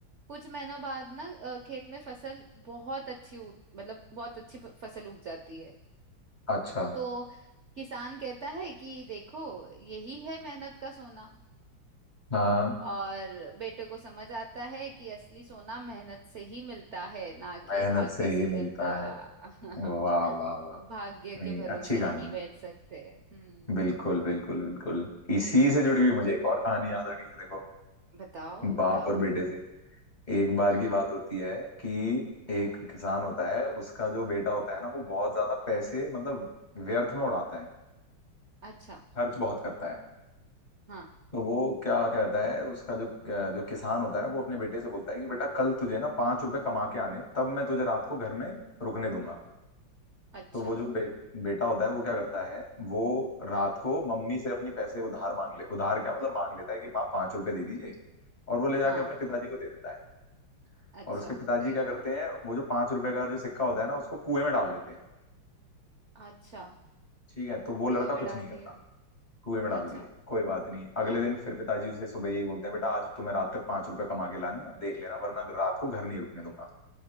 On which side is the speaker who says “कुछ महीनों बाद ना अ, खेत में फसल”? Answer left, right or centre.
Right